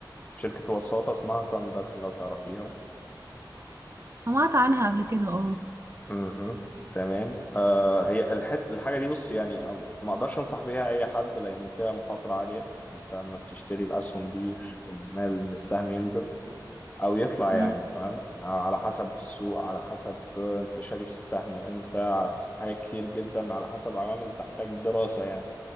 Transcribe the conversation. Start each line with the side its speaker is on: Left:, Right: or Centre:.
Left: شركة وساطة اسمها ثاندر لو تعرفيها
Right: سمعت عنها قبل كده اه
Left: مهم. تمام أه هي الحت... الحاجة دي بص يعني أم- ما أقدرش أنصح بيها أي حد لأن فيها مخاطرة عالية أنت لما بتشتري الأسهم دي احتمال إن السهم ينزل او يطلع
Right: امم
Left: يعني فاهم على حسب السوق على حسب انت شاري السهم امتى على حسب حاجات كتير جدا على حسب عوامل تحتاج دراسة يعني